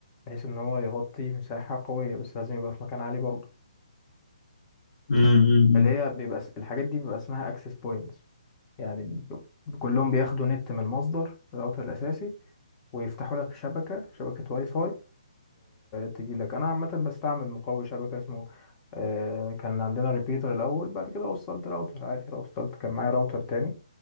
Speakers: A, on the left; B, on the left.
A: بحيث ان هو يغطي مساحة قوية بس لازم يبقى في مكان عالي برضو
B: أمم، أمم، أمم.
A: اللي هي بيبقى اس- الحاجات دي بيبقى اسمها اكسس بوينتس يعني ب- كلهم بياخدوا نت من المصدر الراوتر الاساسي ويفتحوا لك شبكة شبكة واي فاي تجي لك انا عامة بستعمل مقوي شبكة اسمه آه، كان عندنا ريبيتر الاول بعد كده وصلت راوتر عادي وصلت كان معايا راوتر تاني